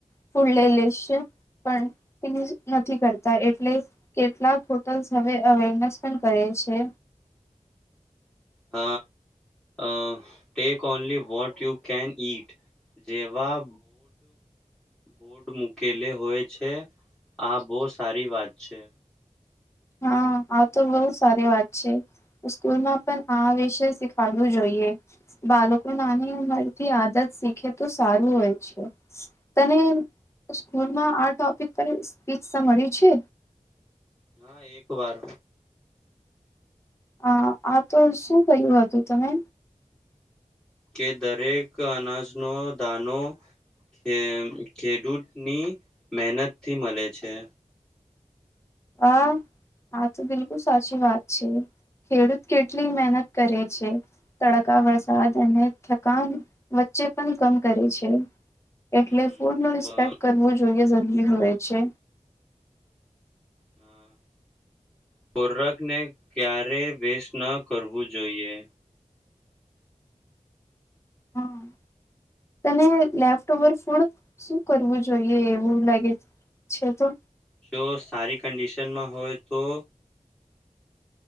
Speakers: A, on the left; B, in the centre.
A: ફૂલ લે લે સે, પણ એની નથી કરતા એટલે કેટલાક હોટલ્સ હવે અવેરનેસ પણ કરે છે.
B: હ અહ take only what you can eat જેવા બોર્ડ મૂકેલે હોય છે, આ બહું સારી વાત છે.
A: હા આ તો બહુ સારી વાત છે, સ્કૂલમાં પણ આ વિષય શીખડવું જોઈએ. બાલકો નાની ઉંમરથી આદત શીખે તો સારું હોય છે, તને સ્કૂલમાં આ ટોપિક પર સ્પીચ સ મળ્યું છે?
B: હા એક વાર.
A: હા આ તો શું ક્યું હતું તમે?
B: કે દરેક અનાજનો દાનો કે ખેડૂતની મહેનતથી મલે છે.
A: હા આ તો બિલકુલ સાચી વાત છે, ખેડૂત કેટલી મહેનત કરે છે, તડકા <unintelligible> અને થકાન વચ્ચે પણ કમ કરે છે. એટલે
B: હમ
A: ફૂડ નો રિસ્પેક્ટ
B: વ-
A: કરવું જોઈએ જ <unintelligible> છે.
B: હા, ખોરાક ને ક્યારે વેસ્ટ ન કરવું જોઈએ.
A: હા. તને લેફ્ટવર ફૂડ શું કરવું જોઈએ એવું લાગે છે તો?
B: જો સારી કન્ડિશનમાં હોય તો